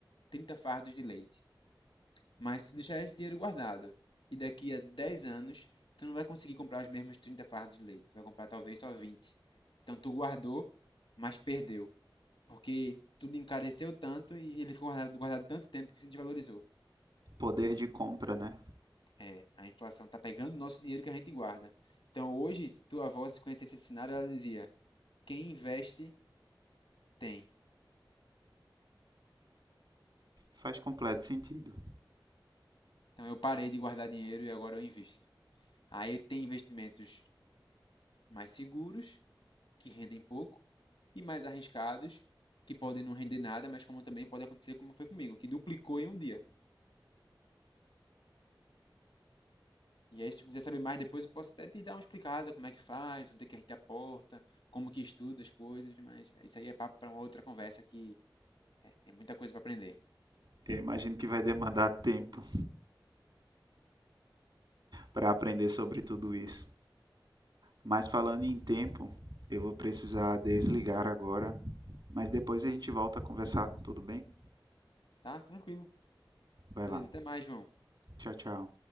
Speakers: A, on the left; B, on the right.
A: 30 fardos de leite. Mas se tu deixar esse dinheiro guardado e daqui a 10 anos, tu não vai conseguir comprar os mesmos 30 fardos de leite. Tu vai comprar talvez só vinte Então tu guardou, mas perdeu. Porque tudo encareceu tanto e ele ficou guardado, guardado tanto tempo que se desvalorizou.
B: Poder de compra, né?
A: É, a inflação tá pegando o nosso dinheiro que a gente guarda. Então hoje, tua avó, se conhecesse esse cenário, ela dizia: quem investe, tem.
B: Faz completo sentido.
A: Então eu parei de guardar dinheiro e agora eu invisto. Aí tem investimentos mais seguros que rendem pouco, e mais arriscados, que podem não render nada, mas como também pode acontecer como foi comigo, que duplicou em um dia. E aí, se tu quiser saber mais depois, eu posso até te dar uma explicada como é que faz, onde é que a gente aporta, como que estuda as coisas, mas isso aí é papo para uma outra conversa que tem muita coisa para aprender.
B: Eu imagino que vai demandar tempo para aprender sobre tudo isso. Mas falando em tempo, eu vou precisar desligar agora. Mas depois a gente volta a conversar, tudo bem?
A: Tá? Tranquilo.
B: Vai
A: Beleza,
B: lá.
A: até mais, João.
B: Tchau, tchau.